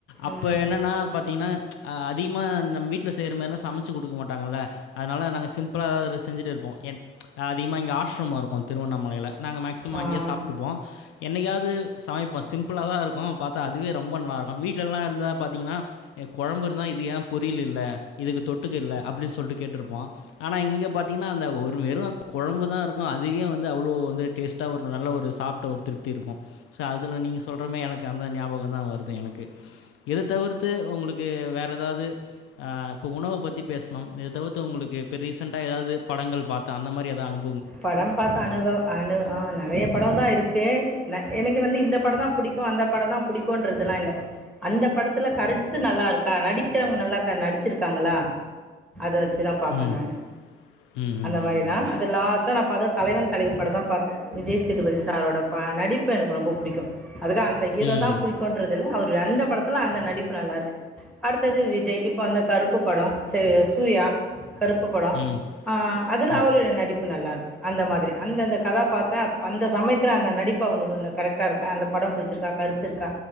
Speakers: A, on the left; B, in the centre.
A: அப்ப
B: ம்
A: என்னன்னா பாத்தீங்கன்னா அதிகமா நம் வீட்ல செய்ற மாறிலாம் சமைச்சு குடுக்க மாட் மாட்டாங்கள அதனால நாங்க சிம் பிளா ஏதாவது செஞ்சிட்டு இருப்போம் என் அதிகமாக இங்கே ஆஸ்சிரமம் இருக்கும் திருவண்ணாமலையில் நாங்க மேக்ஸ் வாங்கே
B: ஆ
A: சாப்ட்டுப்போ என்னைக்காவது சமைப்போ சிம்பிளதா இருக்கு பாத்தா அதுவே ரொம்ப நல்லா இருக்கு வீட்டலல்லா இருந்தா பாத்திங்கனா எ கொழம்பு இருந்தா இது ஏ பொரியல் இல்ல இதுக்கு தொட்டுக்க இல்ல அப்படி சொல்ல கேட்டிருப்போ ஆனா இங்க பாத்திங்கனா அந்த ஒரு வெறு கொழம்புதா இருக்கு அதிக வந்து அவ்ளோ வந டேஸ் ஒரு நல்ல ஒரு சாப்ட்ட ஒரு திருப்தி இருக்கும் சோ அதுல நீங்க சொல்றமே எனக்கு அந்த ஞாபகம் தா வருது எனக்கு இத தவிர்த்து உங்களுக்கு வேற ஏதாவது ஆஹ் இப்ப உணவ பத்தி பேசணு தவிர்த்து உங்களுக்கு இப்ப ரீசன்டா ஏதாவது படங்கள் பாத்த அந்த மாதிரி எதா அனு
B: படம் பார்த்த அனுக அனு ஆஹ் நெறைய படம் தா இருக்கு எனக்கு வந்து இந்த பட தா புடிக்கு அந்த பட தான் புடிக்கும்ன்றதுலா இல்ல அந்த படத்துல கருத்து நல்லா இருக்கா நடிக்கிறவங்க க நல்லா நடிச்சிருக்காங்களா அத வச்சு வச்சு தா பாப்பே
A: ம்.
B: நானு
A: ம்.
B: அந்த
A: ம்.
B: மாரிதா அது லாஸ் பாத்த தலைவன் தலைவி படந்தா பாத்தே விஜய் சேதுபதி சாரோட ப நடிப்பு எனக்கு ரொம்ப புடிக்கு அதுக்க அந்த ஹீரோதா
A: ம்.
B: புடிக்கன்றதுல்ல அவர் அந்த படத்துல அந்த நடிப்பு நல்லாருக்கு அடுத்தது விஜய் இப்ப வந்த கருப்பு பட ச சூர்யா கருப்பு படோ
A: ம்.
B: ஆஹ் அதுல
A: ம்.
B: அவரு நடிப்பு நல்லாருக்கு அந்த மாதிரி அந்தந்த கதா பாத்த அந்த சமயத்துல அந்த நடிப்பு அவங்க ஒன்ன கரெக்டா இருக்கா அந்த பட புடிச்சிருக்கா கருத்துருக்கா